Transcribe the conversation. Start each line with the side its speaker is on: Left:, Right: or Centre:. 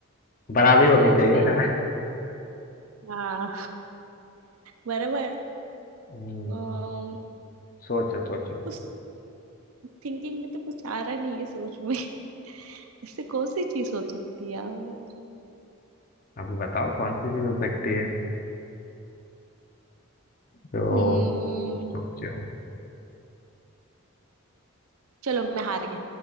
Left: बराबरी होनी
Right: Yes
Left: चाहिए
Right: yes
Left: ना
Right: हाँ बराबर
Left: हम्म
Right: अम्म,
Left: सोचो सोचो
Right: कुछ थिंकिंग में तो कुछ आ रहा नहीं है सोच में इससे कौन सी चीज हो सकती है यार
Left: अब बताओ कौन सी चीज हो सकती है जो
Right: हम्म,
Left: सोचो
Right: चलो मैं हार गई